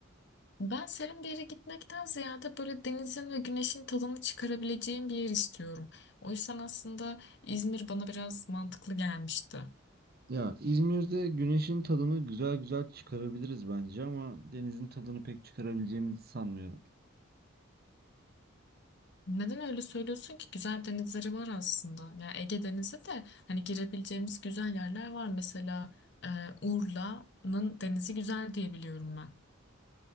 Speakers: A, on the left (about 55°); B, on the right (about 45°).
A: Ben serin bir yere gitmekten ziyade böyle denizin ve güneşin tadını çıkarabileceğim bir yer istiyorum. O yüzden aslında İzmir bana biraz mantıklı gelmişti.
B: Ya İzmir'de güneşin tadını güzel güzel çıkarabiliriz bence ama denizin tadını pek çıkarabileceğimizi sanmıyorum.
A: Neden öyle söylüyorsun ki? Güzel denizleri var aslında. Ya Ege Denizi de hani girebileceğimiz güzel yerler var. Mesela e, Urla'nın denizi güzel diye biliyorum ben.